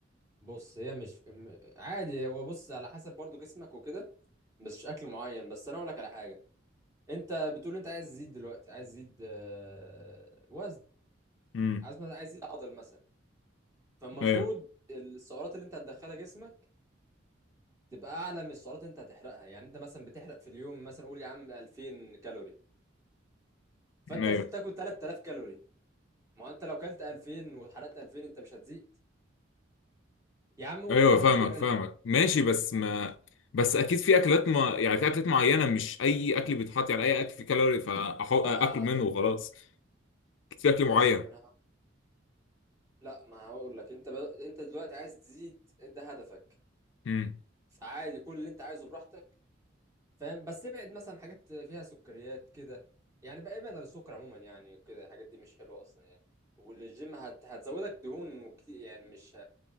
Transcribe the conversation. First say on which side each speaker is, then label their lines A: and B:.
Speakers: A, on the right; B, on the left.
A: بص هي مش م- عادي هو بص على حسب برضو جسمك وكده بس مش اكل معين بس انا اقول لك على حاجه انت بتقول انت عايز تزيد دلوقتي عايز تزيد آه، وزن
B: امم
A: عايز مثلا عايز تزيد عضل مثلا فالمفروض
B: ايوه
A: السعرات اللي انت هتدخلها جسمك تبقى اعلى من السعرات اللي انت هتحرقها يعني انت مثلا بتحرق في اليوم مثلا قول يا عم 2000 كالوري فانت
B: ايوه
A: المفروض تاكل 3000 كالوري ما هو انت لو كلت 2000 وحرقت 2000 انت مش هتزيد يا عم قول
B: ايوه
A: هتاكل
B: فاهمك
A: 2000
B: فاهمك ماشي بس ما بس اكيد في اكلات ما يعني في اكلات معينه مش اي اكل بيتحط يعني اي اكل فيه كالوري فاحط
A: لا
B: اكل منه
A: آه،
B: وخلاص اكيد في اكل
A: ماشي
B: معين
A: ما انا لا ما هقول لك انت ب... انت دلوقتي عايز تزيد انت هدفك
B: امم
A: فعادي كل اللي انت عايزه براحتك فاهم بس ابعد مثلا حاجات فيها سكريات كده يعني بقى ابعد عن السكر عموما يعني كده الحاجات دي مش حلوه اصلا يعني والجيم هت... هتزودك دهون وكتير يعني مش